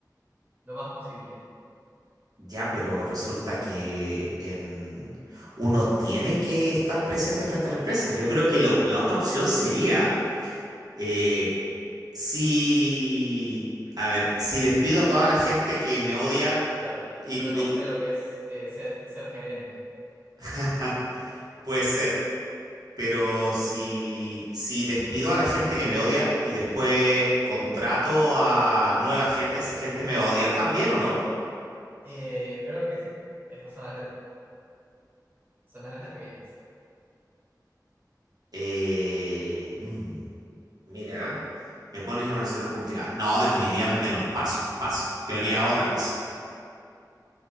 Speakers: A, on the right; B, on the right.
A: lo más posible
B: Ya, pero resulta que en- uno tiene que estar presente frente a la empresa. Yo creo que lo- la otra opción sería, eh, si, a ver, si despido a toda la gente que me odia
A: Porque claro, yo,
B: y,
A: yo no
B: y-
A: sé lo que es eh, ser, ser gerente.
B: <laughs> puede ser. Pero si,
A: <laughs> Yo-
B: si despido a la gente que me odia y después contrato a nueva gente, ¿esa gente me va a odiar también o no?
A: eh, creo que sí. Esas son las, let- son las letras pequeñas.
B: Eh, mm, mira, me pones en una situación complicada. No, definitivamente no. Paso, paso. Yo haría otra cosa.